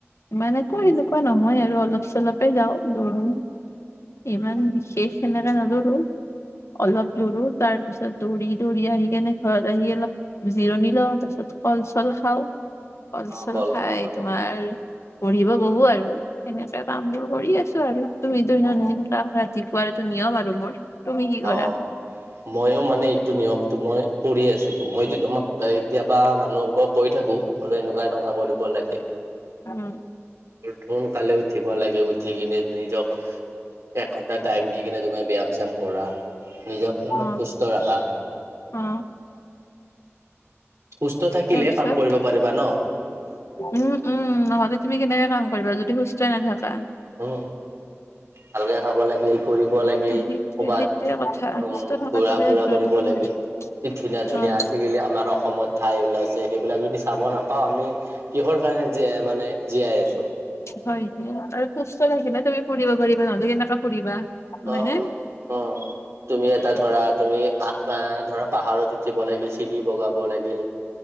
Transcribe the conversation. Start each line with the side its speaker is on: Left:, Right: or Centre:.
Left: মানেকো এনেকুৱা নহয় আৰু অলপ চলপে যাওঁ দৌৰো ইমান বিশেষ সেনেকে নদৌৰো অলপ দৰো তাৰ পিছত দৌৰি দৌৰি আহি কেনে ঘৰত আহি অলপ জিৰণি লওঁ তাৰপিছত কল চল খাওঁ কল
Right: অ',
Left: চল খাই
Right: খোৱা ন
Left: তোমাৰ পঢ়িব বহো আৰু সেনেকে কাম বোৰ কৰি আছো আৰু তুমি দৈনন্দিন
Right: অ',
Left: ৰাতিপুৱাৰ এইটো নিয়ম আৰু মোৰ তুমি কি কৰা
Right: অ মইও মানে এইটো নিয়মটো মই কৰি আছো মই যে তোমাক কেতিয়াবা মানুহবাক কৈ থাকোঁ হ'লেও এনেকুৱা এনেকুৱা কৰিব লাগে
Left: উম
Right: সোন কালে উঠিব লাগে উঠি কিনে নিৰজক একঘন্টা টাইম দি কিনে তোমাৰ ব্যায়াম চ্যায়াম কৰা নিজকে অলপ
Left: অ
Right: সুস্থ ৰাখা
Left: অ
Right: সুস্থ থাকিলে
Left: তাৰপিছত
Right: কাম কৰিব পাৰিবা ন
Left: উম উম নহ'লে তুমি কেনেকে কাম কৰিবা যদি সুস্থই নাথাকা
Right: উম ভালকে খাব লাগিল ফুৰিব লাগিল
Left: সেইটোৱে
Right: কবাত
Left: সেইটোৱে কথা
Right: উম
Left: সুস্থ থকাটো
Right: ঘূৰা
Left: বিৰাট
Right: ফুৰা
Left: জৰুৰী
Right: কৰিব লাগিল
Left: মানে
Right: কি ধুনীয়া ধুনীয়া
Left: হয়
Right: আজিকালি আমাৰ অসমত ঠাই ওলাইছে সেইবিলাক যদি চাব নাপাওঁ আমি কিহৰ কাৰণে জীয়াই মানে জীয়াই আছো
Left: হয় হয় আৰু সুস্থ থাকিলে তুমি ফুৰিব পাৰিবা নহলে কেনেকা ফুৰিবা হয়নে
Right: অ অ তুমি এটা ধৰা তুমি আতা ধৰা পাহাৰত উঠিব লাগিল চিৰি বগাব লাগিল